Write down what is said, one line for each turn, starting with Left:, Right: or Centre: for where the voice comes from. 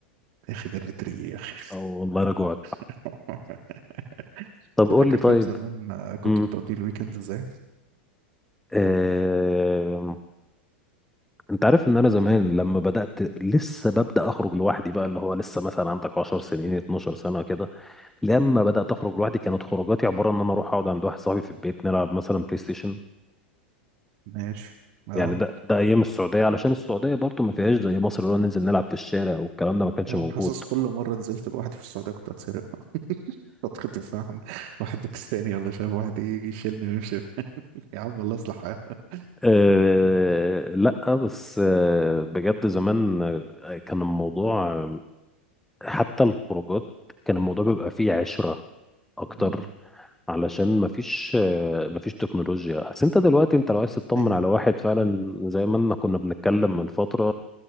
Right: يا اخي جريت ريقي يا اخي
Centre: او والله انا جوعت
Right: <laughs>
Centre: طب قول
Right: انت فاكر
Centre: لي طيب
Right: طيب زمان آه، كنت
Centre: امم
Right: بتقضي الويكند ازاي؟
Centre: آه... انت عارف ان انا زمان لما بدات لسه ببدا اخرج لوحدي بقى اللي هو لسه مثلا عندك 10 سنين 12 سنه كده لما بدات اخرج لوحدي كانت خروجاتي عباره ان انا اروح اقعد عند واحد صاحبي في البيت نلعب مثلا بلاي ستيشن
Right: ماشي اه
Centre: يعني ده ده ايام السعوديه علشان السعوديه برضو ما فيهاش زي مصر اللي هو ننزل نلعب في الشارع والكلام ده ما كانش
Right: انا
Centre: موجود
Right: حاسس كل مرة نزلت لوحدي في السعودية كنت هتسرق فترة الفهم واحد باكستاني ولا شاب واحد يجي يشيلني ويمشي <laughs> يا عم الله يصلح حالك
Centre: أه
Right: أمم،
Centre: لا بس أه بجد زمان آه، كان الموضوع حتى الخروجات كان الموضوع بيبقى فيه عشرة أكتر
Right: أمم،
Centre: علشان مفيش آه، مفيش تكنولوجيا بس أنت دلوقتي أنت لو عايز تطمن
Right: ايوه
Centre: على واحد فعلا زي ما أنا كنا بنتكلم من فترة